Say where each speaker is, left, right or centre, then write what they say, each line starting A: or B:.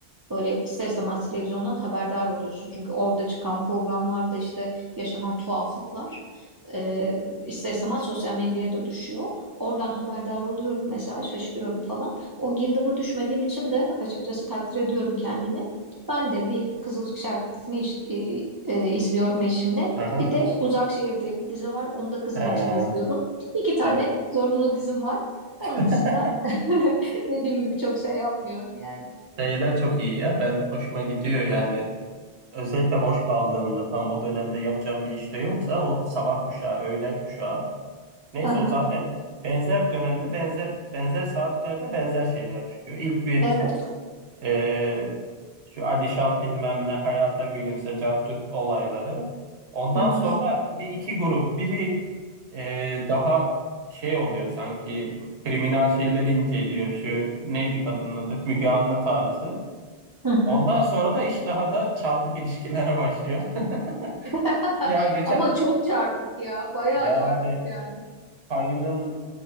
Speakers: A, on the right; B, on the right.
A: böyle ister istemez televizyondan haberdar oluyorsun. Çünkü orada çıkan programlarda işte yaşanan tuhaflıklar e, ister istemez sosyal medyaya da düşüyor. Oradan haberdar oluyorum mesela şaşırıyorum falan. O girdaba düşmediğim için de açıkçası takdir ediyorum kendimi. Ben de bir Kızılcık Şerbeti'ni iş- e, e, izliyorum eşimle.
B: Hı hı.
A: Bir de Uzak Şehir diye bir dizi var. Onu da kızım
B: Ha,
A: için izliyorum. İki tane
B: evet.
A: zorunlu dizim var.
B: <laughs>
A: Onun dışında <laughs> dediğim gibi çok şey yapmıyorum yani.
B: Şeyler çok iyi ya. Ben hoşuma gidiyor yani. Özellikle boş kaldığımda tam o dönemde yapacağım bir işte yoksa o sabah kuşağı, öğlen kuşağı. Neyse
A: <laughs>
B: o zaten benzer dönemde benzer benzer saatlerde benzer şeyler çıkıyor. İlk bir
A: Evet.
B: Ee, şu Alişan bilmem ne hayata gülümse capcut olayları. Ondan
A: Hı
B: sonra
A: hı.
B: bir iki grup. Biri e, daha şey oluyor sanki kriminal şeyleri inceliyor. Şu neydi kadının adı? Müge Anlı tarzı.
A: Hı hı.
B: Ondan sonra da iş daha da çarpık ilişkilere başlıyor. <laughs>
A: <laughs>
B: Ya geçen
A: Ama çok çarpık ya. Bayağı
B: yani
A: çarpık yani.
B: Kayı'nın